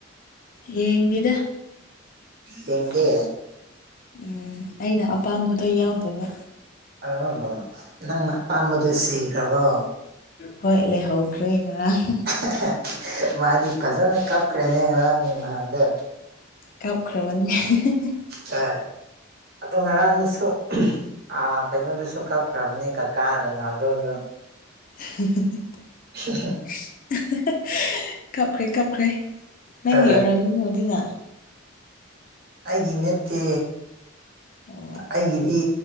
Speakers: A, on the left (about 40°); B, on the right (about 50°).
A: ꯌꯦꯡꯗꯦꯗ
B: ꯌꯦꯡꯗꯦ
A: ꯎꯝ ꯑꯩꯅ ꯑꯄꯥꯝꯕꯗꯣ ꯌꯥꯎꯗꯕ
B: ꯑꯧꯋꯣ ꯋꯣ ꯅꯪꯅ ꯑꯄꯥꯝꯕꯗꯣ ꯁꯤꯈ꯭ꯔꯕꯣ
A: ꯍꯣꯏ ꯂꯩꯍꯧꯈ꯭ꯔꯦ ꯉꯔꯥꯡ
B: ꯍꯦꯍꯦ ꯍꯌ ꯃꯥꯗꯤ ꯐꯖꯅ ꯀꯞꯈ꯭ꯔꯦꯅꯦ ꯉꯔꯥꯡ ꯅꯍꯥꯟꯗꯤ
A: ꯀꯥꯞꯈ꯭ꯔꯕꯅꯤ ꯍ ꯍ ꯍ ꯍ ꯍꯍ
B: ꯍꯣꯏ ꯑꯗꯣ ꯉꯔꯥꯡꯗꯨꯁꯨ ꯎꯝ ꯍꯨꯝ ꯑ ꯀꯩꯅꯣꯗꯨꯁꯨ ꯀꯞꯈ꯭ꯔꯕꯅꯤ ꯀꯀꯥ ꯔꯣꯅꯥꯜꯗꯣꯗꯣ
A: ꯍꯨꯝ ꯍꯨꯝ ꯍꯨꯝ
B: <unintelligible>
A: ꯑ ꯑꯍꯥ ꯍꯥ ꯍꯍ ꯀꯞꯈ꯭ꯔꯦ ꯀꯞꯈ꯭ꯔꯦ ꯅꯪꯒꯤ
B: ꯍꯣꯏ
A: ꯑꯣꯏꯔꯝꯅꯤꯅꯦ ꯑꯗꯨꯅ
B: ꯑꯩꯒꯤ ꯅꯠꯇꯦ
A: ꯑꯣ
B: ꯑꯩꯒꯤꯗꯤ